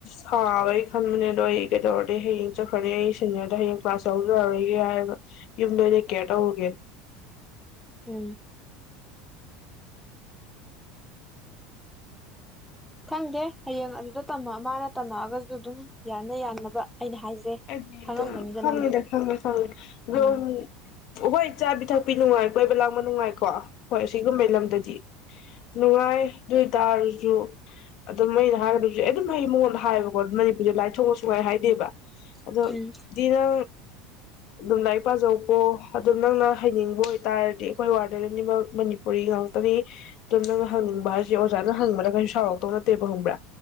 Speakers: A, on the left (about 60°); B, in the centre.
A: ꯁꯥꯕꯩ ꯈꯟꯕꯅꯦ ꯑꯗꯣ ꯑꯩ ꯀꯩꯗꯧꯔꯗꯤ ꯍꯌꯦꯡ ꯆꯠꯈ꯭ꯔꯅꯤ ꯑꯩ ꯁꯦꯅꯤꯌꯔꯗ ꯍꯌꯦꯡ ꯀ꯭ꯂꯥꯁ ꯌꯥꯎꯖꯔꯔꯣꯏꯒꯦ ꯍꯥꯏꯔꯒ ꯌꯨꯝꯗ ꯑꯣꯏꯅ ꯀꯦꯌꯔ ꯇꯧꯔꯨꯒꯦ
B: ꯎꯝ ꯈꯪꯗꯦ ꯍꯌꯦꯡ ꯑꯗꯨꯗ ꯇꯝꯕ ꯑꯃꯥ ꯃꯥꯅ ꯇꯝꯃꯛꯑꯒꯁꯨ ꯑꯗꯨꯝ ꯌꯥꯅ ꯌꯥꯅꯕ ꯑꯩꯅ ꯍꯥꯏꯁꯦ
A: ꯑꯩꯗꯤꯗꯨꯝ
B: ꯈꯪꯉꯝꯒꯅꯤꯗ
A: ꯈꯪꯗꯦ
B: ꯅꯪꯁꯨ
A: ꯈꯪꯉꯦ ꯈꯪꯉꯦ
B: ꯎꯝ
A: ꯔꯨꯝ ꯍꯣꯏ ꯆꯥꯕꯤ ꯊꯛꯄꯤ ꯅꯨꯡꯉꯥꯏ ꯀꯣꯏꯕ ꯂꯥꯡꯕ ꯅꯨꯡꯉꯥꯏꯀꯣ ꯍꯣꯏ ꯁꯤꯒꯨꯝꯕꯩ ꯃꯦꯝꯗꯗꯤ ꯅꯨꯡꯉꯥꯏ ꯑꯗꯨ ꯑꯣꯏꯇꯥꯔꯁꯨ ꯑꯗꯨꯝ ꯑꯩꯅ ꯍꯥꯏꯒꯗꯣꯢꯁꯦ ꯑꯩ ꯑꯗꯨꯝ ꯑꯩ ꯃꯉꯣꯟꯗ ꯍꯥꯏꯌꯦꯕꯀꯣ ꯃꯅꯤꯄꯨꯔꯁꯦ ꯂꯥꯏ ꯊꯣꯡꯑꯣ ꯁꯨꯨꯡꯍꯥꯏ ꯍꯥꯏꯗꯦꯕ ꯑꯗꯣ
B: ꯎꯝ
A: ꯗꯤꯌꯔ ꯑꯗꯨꯝ ꯂꯥꯏꯔꯤꯛ ꯄꯥꯖꯧꯀꯣ ꯑꯗꯨꯝ ꯅꯪꯅ ꯍꯩꯅꯤꯡꯕ ꯑꯣꯏꯇꯥꯔꯗꯤ ꯑꯩꯈꯣꯏ ꯋꯥꯔꯗꯔ ꯑꯅꯤꯃꯛ ꯃꯅꯤꯄꯨꯔꯤ ꯉꯥꯛꯇꯅꯤ ꯑꯗꯨꯝ ꯅꯪꯅ ꯍꯪꯅꯤꯡꯕ ꯍꯥꯏꯁꯦ ꯑꯣꯖꯥꯅ ꯍꯪꯅꯤꯡꯕꯗ ꯀꯩꯁꯨ ꯁꯥꯎꯔꯛꯇꯧ ꯅꯠꯇꯦꯕ ꯈꯪꯕ꯭ꯔꯥ